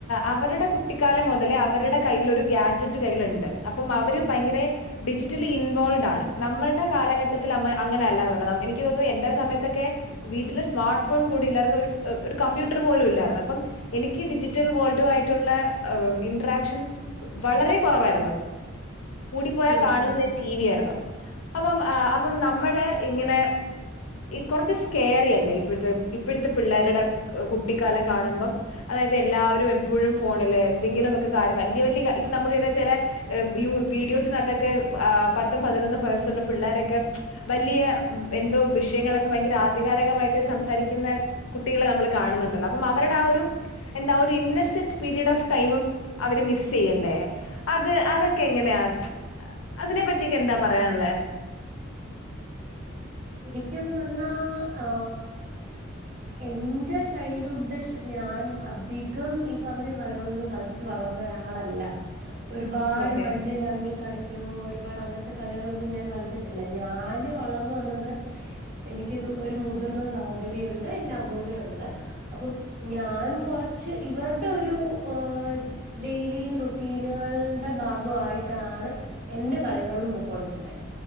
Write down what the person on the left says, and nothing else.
അവരുടെ കു ട്ടിക്കാലം മൊതലേ അവരുടെ കയ്യിൽ ഒരു ഗാഡ്ജറ്റ് കൈലൊണ്ട് അപ്പം അവര് ഭയങ്കര ഡിജിറ്റലി ഇൻവോൾവ്ഡ് ആണ് നമ്മൾടെ കാലഘട്ടത്തിലമ്മ അങ്ങനെ അല്ലാര്ന്നല്ലോ. എനിക്ക് തോന്നുന്നു എന്റെ സമയത്തൊക്കെ വീട്ടില് സ്മാർട്ട് ഫോൺ കൂടി ഇല്ലാരുന്നു ഒരു ഒരു കമ്പ്യൂട്ടർ പോലും ഇല്ലാരുന്നു അപ്പം എനിക്ക് ഡിജിറ്റൽ വേൾഡുവായിട്ടൊള്ളെ ഇന്ററാക്ഷൻ വളരേ കുറവായിരുന്നു കൂടിപ്പോയാൽ
കാണുന്നത്
ഞാൻ ടി വി ആയിരുന്നു അപ്പം അപ്പം നമ്മള് ഇങ്ങനെ കുറച്ച് സ്കെയറിയല്ലേ ഇപ്പഴത്തെ ഇപ്പഴത്തെ പിള്ളേരുടെ കുട്ടിക്കാലം കാണുമ്പം, അതായത് എല്ലാവരും എപ്പോഴും ഫോണില് എന്തെങ്കിലുമൊക്കെ കാര്യം വല്ല്യ വല്ല്യ കാ ഇപ്പ നമുക്ക് എന്താച്ചാല് വീഡിയോസിനകത്തൊക്കെ പത്തും പതിനൊന്നും വയസ്സുള്ള പിള്ളേരൊക്കെ വലിയ എന്തോ വിഷയങ്ങളങ്ങ് ഭയങ്കര ആധികാരകമായിട്ട് സംസാരിക്കുന്ന കുട്ടികളെ നമ്മള് കാണുന്നുണ്ടല്ലോ അപ്പം അവരുടെ ആ ഒരു എന്താ ഒരു ഇന്നസെന്റ് പീരീഡ് ഓഫ് ടൈമും അവര് മിസ് ചെയ്യല്ലേ അത് അതൊക്കെ എങ്ങനെയാ അതിനെ പറ്റീക്കെ എന്താ പറയാനുള്ളത്?
ഓക്കെ